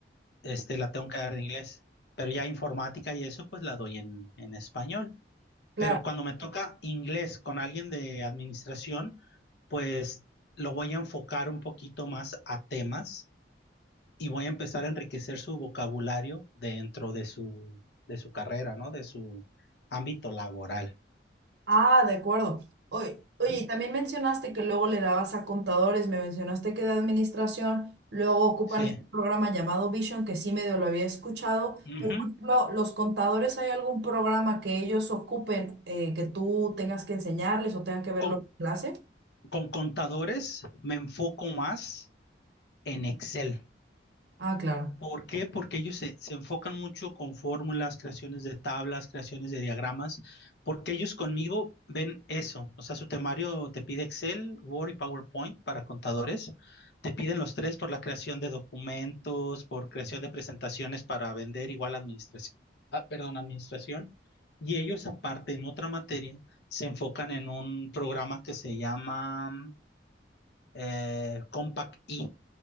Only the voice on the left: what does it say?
este, la tengo que dar en inglés, pero ya informática y eso, pues la doy en, en español.
Pero cuando me toca inglés con alguien de administración, pues lo voy a enfocar un poquito más a temas y voy a empezar a enriquecer su vocabulario dentro de su, de su carrera, ¿no? De su ámbito laboral.
Ujú.
Sí.
Ujú.
Con,
con contadores me enfoco más en Excel.
¿Por qué? Porque ellos se, se enfocan mucho con fórmulas, creaciones de tablas, creaciones de diagramas, porque ellos conmigo ven eso. O sea, su temario te pide Excel, Word y PowerPoint para contadores. Te piden los tres por la creación de documentos, por creación de presentaciones para vender, igual administración. Ah, perdón, administración. Y ellos, aparte, en otra materia, se enfocan en un programa que se llama eh, Compact E